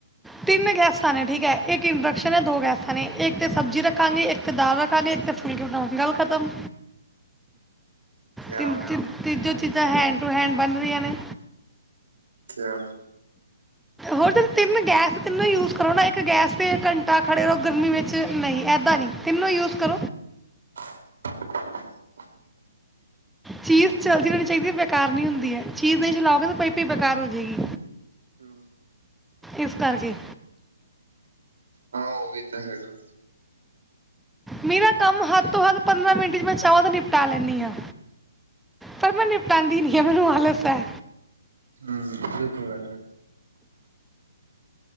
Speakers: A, in the centre; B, on the right (about 70°).
A: ਤਿੰਨ ਗੈਸਾਂ ਨੇ, ਠੀਕ ਐ। ਇੱਕ ਇੰਡਕਸ਼ਨ ਹੈ, ਦੋ ਗੈਸਾਂ ਨੇ। ਇੱਕ ਤੇ ਸਬਜ਼ੀ ਰੱਖਾਂਗੇ, ਇੱਕ ਤੇ ਦਾਲ ਰੱਖਾਂਗੇ, ਇੱਕ ਤੇ ਫੁਲਕੇ ਬਨਾਵਾਂਗੇ ਗੱਲ ਖਤਮ।
B: ਕਿਆ
A: ਤਿੰਨ-ਤਿੰਨ,
B: ਬਾਤ ਹੈ
A: ਤੀਨੋ
B: ਕਿਆ ਬਾਤ
A: ਚੀਜ਼ਾਂ, ਹੈਂਡ ਟੂ ਹੈਂਡ ਬਨ ਰਈੰਆਂ ਨੇ।
B: ਗੈਸ।
A: ਹੋਰ ਤੇ <inaudible> ਤਿੰਨ ਗੈਸ ਤੇ ਤਿੰਨੋ ਯੂਜ ਕਰੋ ਨਾ, ਇੱਕ ਗੈਸ ਤੇ ਘੰਟਾ ਖੜੇ ਰਹੋ ਗਰਮੀ ਵਿੱਚ। ਨਈਂ, ਐਦ ਤਿੰਨੋਂ ਯੂਜ ਕਰੋ।
B: <unintelligible>
A: ਚੀਜ਼ ਚੱਲਦੀ ਰੈਣੀ ਚਾਹੀਦੀ ਹੈ। ਬੇਕਾਰ ਨਹੀਂ ਹੁੰਦੀ ਹੈ। ਚੀਜ਼ ਨਹੀਂ ਚਲਾਓਗੇ ਤਾਂ ਪਈ ਪਈ ਬੇਕਾਰ ਹੋ ਜਾਏਗੀ।
B: ਹੂੰ
A: ਇਸ ਕਰਕੇ
B: ਹਾਂ, ਉਹ ਵੀ ਤਾਂ ਹੈਗਾ।
A: ਮੇਰਾ ਕੰਮ ਹੱਦ ਤੋਂ ਹੱਦ, ਪੰਦਰਾਂ ਮਿੰਟ ਚ ਮੈਂ ਚਾਹਵਾਂ ਤਾਂ ਨਿਪਟਾ ਲੈਂਨੀ ਆ। ਪਰ ਮੈਂ ਨਿਪਟਾਂਦੀ ਨੀ ਆ। ਮੈਨੂੰ ਆਲਸ ਪਰ
B: ਹਾਂ। ਏ ਤੇ ਗੱਲ ਹੈ।